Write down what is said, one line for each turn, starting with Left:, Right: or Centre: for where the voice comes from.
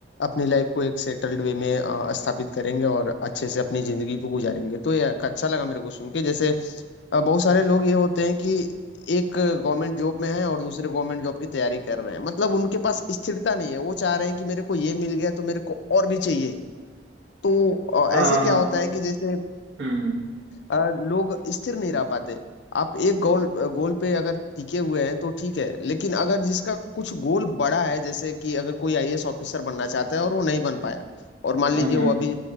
Left: अपनी लाइफ को एक सेटल्ड वे में अ, स्थापित करेंगे और अच्छे से अपनी जिंदगी को गुजारेंगे तो ये अच्छा लगा मेरे को सुन के जैसे अ, बहुत सारे लोग ये होते हैं कि एक गवर्नमेंट जॉब में है और दूसरे गवर्नमेंट जॉब की तैयारी कर रहे हैं मतलब उनके पास स्थिरता नहीं है वो चाह रहे हैं कि मेरे को ये मिल गया तो मेरे को और भी चाहिए तो अ,
Right: हाँ
Left: ऐसे क्या होता है कि जैसे
Right: हम्म
Left: अ, लोग स्थिर नहीं रह पाते आप एक गोल गोल पे अगर टिके हुए हैं तो ठीक है लेकिन अगर जिसका कुछ गोल बड़ा है जैसे कि अगर कोई आईएएस ऑफिसर बनना चाहता है और वो नहीं बन पाया और मान लीजिए
Right: हम्म
Left: वो अभी